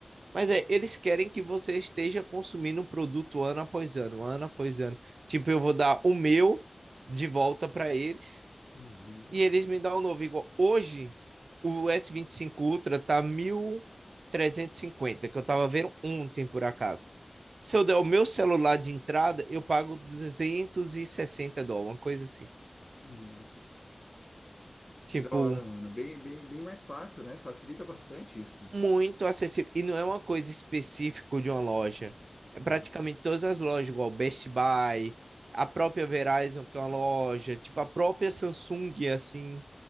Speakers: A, on the right; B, on the left.
A: Mas é, eles querem que você esteja consumindo um produto ano após ano, ano após ano. Tipo, eu vou dar o meu de volta para eles
B: Uhum.
A: e eles me dão o novo. Igual hoje, o S25 Ultra tá mil trezentos e cinquenta que eu tava vendo ontem por acaso. Se eu der o meu celular de entrada, eu pago 260 dólares, uma coisa assim.
B: Nossa.
A: Tipo,
B: Que da hora, Ana. Bem, bem, bem mais fácil, né? Facilita bastante isso.
A: muito acessível. E não é uma coisa específica de uma loja. É praticamente
B: Hum.
A: todas as lojas, igual Best Buy, a própria Verizon, que é uma loja, tipo a própria Samsung, assim,